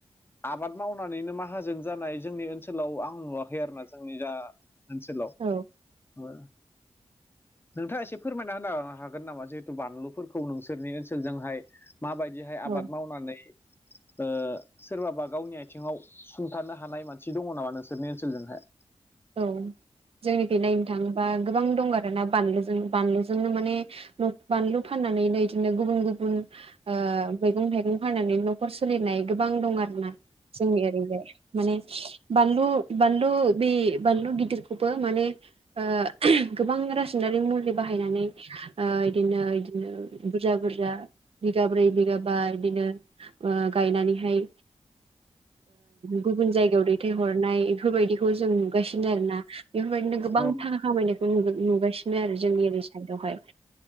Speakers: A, on the left; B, on the right.
A: आबाद मावनानैनो माहाजोन जानाय जोंनि ओनसोलाव आं नुवाखै आरोना जोंनि जा ओनसोलाव
B: औ
A: ओ नोंथाङा एसे फोरमायना होनो हागोन नामा जिहेथु बानलु खौ नोंसोरनि ओनसोलजोंहाय माबायदिहाय
B: औ
A: आबाद मावनानै ओ सोरबाबा गावनि आथिङाव सुंथारानो हानाय मानसि दङ नामा नोंसोरनि ओनसोलजों हाय
B: औ जोंनिख नायनो थाङोबा गोबां दं आर ना बानलुजों बानलुजोंनो माने बानलु फाननानैनो इदिनो गुबुन गुबुन ओ मैगं थाइगं फाननानै न'खर सोलिनाय गोबां दं आर ना ‌। जोंनि एरैहाय माने बानलु बानलु बि बानलु गिदिरखौबो माने ओ गोबां रासायनारि मुलि बाहायनानै ओ इदिनो इदिनो बुरजा बुरजा बिगाब्रै बिगाबा बिदिनो ओ गायनानैहाय गुबुन जायगायाव दैथायहरनाय बेफोरबायदिखौ जों नुगासिनो आरो ना बेफोरबायदिनो गोबांथा
A: औ
B: खामायनायखौ नु-नुगासिनो आरो जोंनि ओरै साइडआवहाय